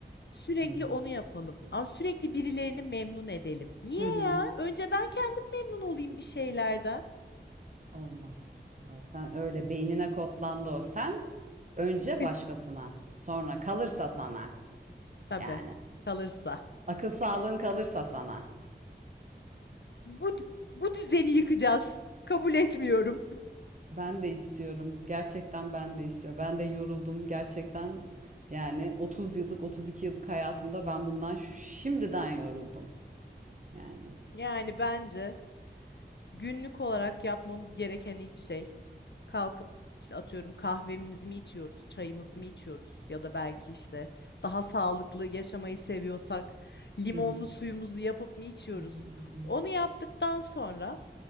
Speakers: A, on the left (about 70°); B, on the right (about 45°).
A: Sürekli
B: Hı hı.
A: onu yapalım. Ama sürekli birilerini memnun edelim. Niye
B: Hı hı.
A: ya? Önce ben kendim memnun olayım bir şeylerden.
B: Olmaz. O sen öyle beynine kodlandı o sen. Önce
A: <laughs>
B: başkasına, sonra kalırsa sana
A: Tabii.
B: yani.
A: Kalırsa.
B: Akıl sağlığın kalırsa sana.
A: Bu bu düzeni yıkacağız. Kabul etmiyorum.
B: Ben de istiyorum. Gerçekten ben de istiyorum. Ben de yoruldum. Gerçekten yani 30 yıllık, 32 yıllık hayatımda ben bundan şimdiden yoruldum yani.
A: Yani bence Günlük olarak yapmamız gereken ilk şey kalkıp işte atıyorum kahvemizi mi içiyoruz, çayımızı mı içiyoruz ya da belki işte daha sağlıklı yaşamayı seviyorsak limonlu
B: Hı hı.
A: suyumuzu yapıp mı içiyoruz?
B: Hı hı, hı hı.
A: Onu yaptıktan sonra